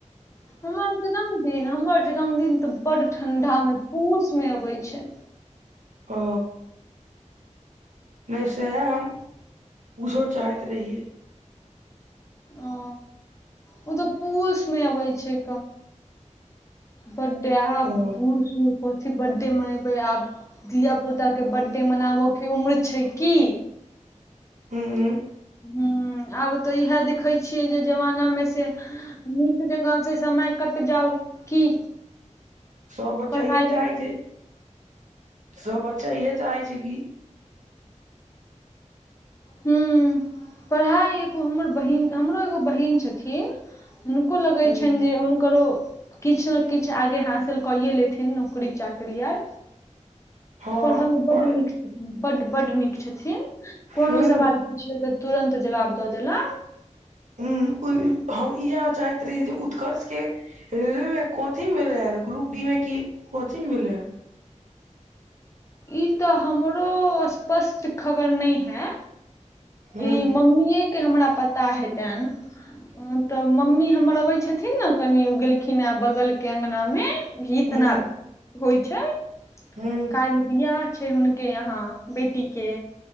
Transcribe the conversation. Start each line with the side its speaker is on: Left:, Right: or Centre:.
Left: हमर जन्मदिन हमर जन्मदिन तऽ बड़ ठंडा मे पूसमे अबै छै
Right: ओ। नहि सैहै हम पुछो चाहैत रहियै।
Left: ओ ओ तऽ पूस मे अबै छै बर्थडे आ
Right: ओ
Left: बुढ सूर कथि बर्थडे मे आब धियापुता के बर्थडे मनाबय के उम्र छै कि
Right: हँ।
Left: ह आब तऽ इएह देखैत छियै जे जमाना मे से निक जकाँ से समय कट जाउ की
Right: सभ बच्चा
Left: पढ़ाइ
Right: इहे चाहे
Left: लिखाइ
Right: छै सब बच्चा इहे चाहे छै कि
Left: हू, पढ़ाइ एगो हमर बहिन हमरो एगो बहिन छथिन हुनको लगैत
Right: हूं
Left: छनि जे हुनकरो। किछु ने किछु आगे हासिल कै ये लेथिन नौकरी चाकरी आर
Right: हँ
Left: पढल बड़
Right: पर
Left: निक बड्ड बड्ड निक छथिन कोनो
Right: हूं
Left: सवाल पुछियौ तऽ तुरन्त जवाब दऽ देला
Right: हूं हम इएह चाहैत रही जे उत्कर्ष के रेलवे मे कथि भेले ह ग्रुप डी में की कथि मे भेलै
Left: ई तऽ हमरो स्पष्ट खबर नहि हइ।
Right: हूँ
Left: ई मम्मी के हमरा पता हेतनि तब मम्मी हमर अबै छथिन ने कनि ओ गेलखिन ह बगलके अंगना मे गीत
Right: हूँ
Left: नाद होइ छै
Right: हूँ
Left: काल्हि बिआह छै हुनके यहा बेटी के